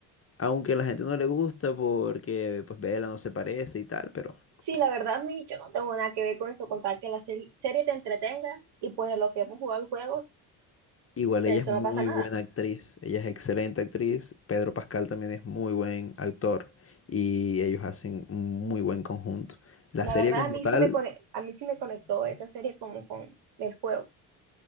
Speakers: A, on the left (about 35°); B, on the right (about 70°).
A: Aunque a la gente no le gusta porque pues Bella no se parece y tal, pero
B: Sí,
A: ps,
B: la verdad, a mí yo no tengo nada que ver con eso, contar que la se- serie te entretenga y pues lo que hemos jugado el juego,
A: igual
B: pues
A: ella
B: eso
A: es muy
B: no pasa nada.
A: buena actriz. Ella es excelente actriz. Pedro Pascal también es muy buen actor y ellos hacen un muy buen conjunto. La
B: La
A: serie
B: verdad,
A: como
B: a mí
A: tal
B: sí me cone- a mí sí me conectó esa serie como con el juego.